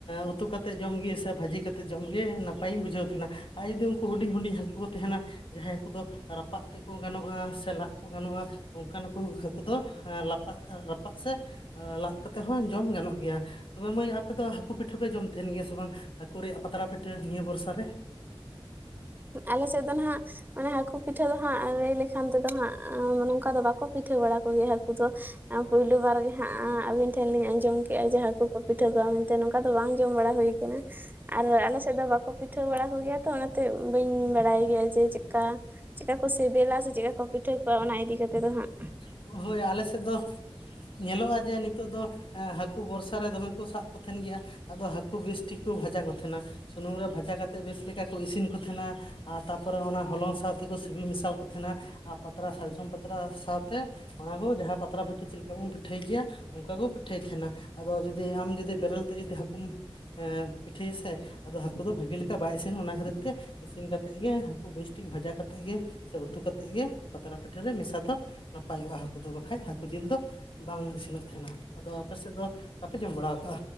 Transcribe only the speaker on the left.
ᱩᱛᱩ ᱠᱟᱛᱮᱫ ᱡᱚᱢ ᱜᱮ ᱥᱮ ᱵᱷᱟᱹᱡᱤ ᱠᱟᱛᱮᱜ ᱡᱚᱢᱜᱮ ᱱᱟᱯᱟᱭᱤᱧ ᱵᱩᱡᱷᱟᱹᱣ ᱛᱟᱦᱮᱸᱱᱟ᱾ ᱟᱨ ᱡᱩᱫᱤ ᱩᱱᱠᱩ ᱦᱩᱰᱤᱧ ᱦᱩᱰᱤᱧ ᱦᱟᱹᱠᱩ ᱠᱚ ᱛᱟᱦᱮᱱᱟ ᱡᱟᱦᱟᱸᱭ ᱦᱟᱹᱠᱩ ᱫᱚ ᱨᱟ ᱨᱟᱯᱟᱜ ᱛᱮᱠᱚ ᱜᱟᱱᱚᱜᱼᱟ ᱥᱮ ᱞᱟᱫᱽ ᱠᱚ ᱜᱟᱱᱚᱜᱼᱟ᱾ ᱚᱱᱠᱟᱱᱠᱩ ᱦᱟᱹᱠᱩ ᱫᱚ ᱞᱟᱯᱟᱜ ᱨᱟᱯᱟᱜ ᱥᱮ ᱞᱟᱫᱽ ᱠᱟᱛᱮᱫ ᱦᱚᱸ ᱡᱚᱢ ᱜᱟᱱᱚᱜ ᱜᱮᱭᱟ᱾ ᱛᱚᱵᱮ ᱢᱟᱹᱭ, ᱟᱯᱮ ᱫᱚ ᱦᱟᱹᱠᱩ ᱯᱤᱴᱷᱟᱹ ᱯᱮ ᱡᱚᱢ ᱛᱟᱦᱮᱱ ᱜᱮᱭᱟ ᱥᱮ ᱵᱟᱝ? ᱦᱟᱹᱠᱩ ᱨᱮᱭᱟᱜ ᱯᱟᱛᱲᱟ ᱯᱤᱴᱷᱟᱹ ᱱᱤᱭᱟᱹ ᱵᱚᱨᱥᱟ ᱨᱮ᱾
ᱦᱳᱭ ᱟᱞᱮ ᱥᱮᱫ ᱫᱚ ᱧᱮᱞᱚᱜᱼᱟ ᱡᱮ ᱱᱤᱛᱚᱜ ᱫᱚ ᱮᱼ ᱦᱟᱹᱠᱩ ᱵᱚᱨᱥᱟ ᱨᱮ ᱫᱚᱢᱮ ᱠᱚ ᱥᱟᱵ ᱠᱚ ᱛᱟᱦᱮᱱ ᱜᱮᱭᱟ ᱟᱫᱚ ᱦᱟᱹᱠᱩ ᱵᱮᱥᱴᱷᱤᱠ ᱠᱚ ᱵᱷᱟᱡᱟ ᱠᱚ ᱛᱟᱸᱦᱮᱱᱟ, ᱥᱩᱱᱩᱢ ᱨᱮ ᱵᱷᱟᱡᱟ ᱠᱟᱛᱮᱫ ᱵᱮᱥ ᱞᱮᱠᱟ ᱠᱚ ᱤᱥᱤᱱ ᱠᱚ ᱛᱟᱸᱦᱮᱱᱟ᱾ ᱟᱨ ᱛᱟᱯᱚᱨᱮ ᱚᱱᱟ ᱦᱚᱞᱚᱝ ᱥᱟᱶ ᱛᱮᱠᱚ ᱥᱤᱯᱤ ᱢᱮᱥᱟ ᱠᱚ ᱛᱟᱸᱦᱮᱱᱟ ᱟᱨ ᱯᱟᱛᱲᱟ ᱥᱟᱨᱡᱚᱢ ᱯᱟᱛᱲᱟ ᱥᱟᱶ ᱛᱮ ᱚᱱᱟ ᱠᱚ ᱡᱟᱦᱟᱸ ᱯᱟᱛᱲᱟ ᱯᱷᱤᱴᱟᱹ ᱪᱮᱫ ᱞᱮᱠᱟ ᱵᱚᱱ ᱯᱤᱴᱷᱟᱹᱭ ᱜᱮᱭᱟ ᱚᱱᱠᱟ ᱠᱚ ᱯᱤᱴᱷᱟᱹᱭ ᱛᱟᱦᱮᱱᱟ᱾ᱟᱫᱚ ᱡᱩᱫᱤ ᱟᱢ ᱡᱩᱫᱤ ᱵᱮᱨᱮᱞ ᱛᱮ ᱡᱩᱫᱤ ᱦᱟᱹᱠᱩᱢ ᱯᱤᱴᱷᱟᱹᱭ ᱟᱥᱮ ᱟᱫᱚ ᱦᱟᱹᱠᱩ ᱫᱚ ᱵᱷᱟᱹᱜᱤ ᱞᱮᱠᱟ ᱵᱟᱭ ᱤᱥᱤᱱᱚᱜ-ᱟ, ᱚᱱᱟ ᱠᱷᱟᱹᱛᱤᱨ ᱛᱮ ᱤᱥᱤᱱ ᱠᱟᱛᱮᱫ ᱜᱮ ᱦᱟᱹᱠᱩ ᱵᱮᱥ ᱴᱷᱤᱠ ᱵᱷᱟᱡᱟ ᱠᱟᱛᱮ ᱜᱮ ᱥᱮ ᱩᱛᱩ ᱠᱟᱛᱮᱫ ᱜᱮ ᱯᱟᱛᱲᱟ ᱯᱤᱴᱷᱟᱹ ᱨᱮ ᱢᱮᱥᱟ ᱫᱚ ᱱᱟᱯᱟᱭᱚᱜᱼᱟ ᱦᱟᱹᱠᱩ ᱫᱚ ᱵᱟᱠᱷᱟᱡ ᱦᱟᱹᱠᱩ ᱡᱤᱞ ᱫᱚ᱾ ᱵᱟᱝ ᱤᱥᱤᱱᱚᱜ ᱛᱟᱦᱮᱱᱟ ᱾ᱟᱫᱚ ᱟᱯᱮ ᱥᱮᱫ ᱫᱚ ᱵᱟᱯᱮ ᱡᱚᱢ ᱵᱟᱲᱟ ᱠᱟᱜᱼᱟ?